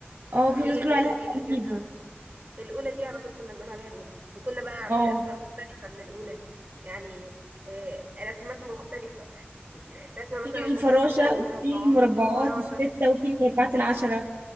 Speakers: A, on the right; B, on the right.
A: اه في
B: هي
A: ناس بتقول
B: الأولى
A: عليها
B: دي اللي كانت
A: اميجو
B: مع- الأولى دي على طول كنا بنقول عليها الأولى وكنا بقى عاملين
A: اه
B: أسماء مختلفة من الأولى دي يعني آه، رسمات مختلفة رسمة مثلا
A: في
B: مستطيلة
A: الفراشة
B: ومربعات
A: وفي المربعات
B: وفراشة
A: الستة وفي المربعات العشرة